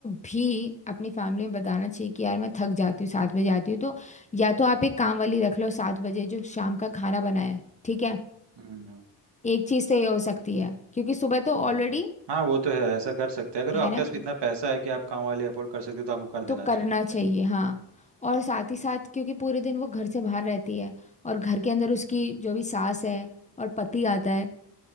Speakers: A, on the left (about 15°); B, on the right (about 70°).
A: भी अपनी फैमिली में बताना चाहिए कि यार मैं थक जाती हूँ सात बजे आती हूँ तो या तो आप एक काम वाली रख लो सात बजे जो शाम का खाना बनाए ठीक है
B: हम्म
A: एक चीज़ तो ये हो सकती है क्योंकि सुबह तो
B: हम्म
A: ऑलरेडी
B: हाँ वो तो है ऐसा कर सकते हैं अगर
A: है
B: आपके
A: ना
B: पास इतना पैसा है कि आप काम वाले अफोर्ड कर सकते हो तो आपको कर देना
A: तो करना
B: चाहिए
A: चाहिए हाँ और साथ
B: हम्म
A: ही साथ क्योंकि पूरे दिन वो घर से बाहर रहती है और घर के अंदर उसकी जो भी सास है और पति आता है